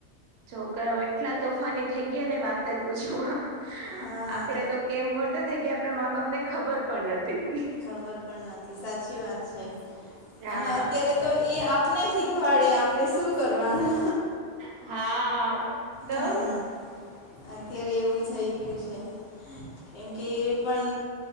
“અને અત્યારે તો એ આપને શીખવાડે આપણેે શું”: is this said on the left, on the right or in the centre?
Left